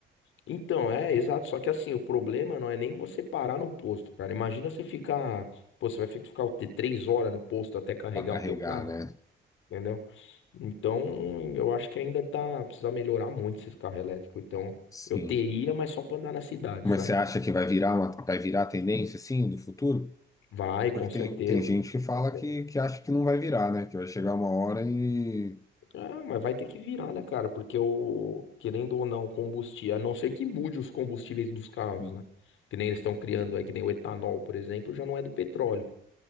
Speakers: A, on the left; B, on the left.
A: Então, é, exato. Só que assim, o problema não é nem você parar no posto, cara. Imagina você ficar, pô, você vai ter que ficar o quê? três horas no posto até carregar
B: pra carregar,
A: o teu carro,
B: né?
A: entendeu? Então, eu acho que ainda tá, precisa melhorar muito esses carros elétricos. Então,
B: Sim.
A: eu teria, mas só para andar na cidade,
B: Mas
A: sabe?
B: você acha que vai virar uma, vai virar a tendência, assim, do futuro?
A: Vai, com
B: Porque tem,
A: certeza.
B: tem gente que
A: Com
B: fala
A: certeza.
B: que, que acha que não vai virar, né? Que vai chegar uma hora e.
A: Ah, mas vai ter que virar, né, cara? Porque o, querendo ou não, combustível, a não ser que mude os combustíveis dos carros,
B: Hum,
A: né? Que nem eles estão criando aí, que nem o etanol, por exemplo, já não é do petróleo,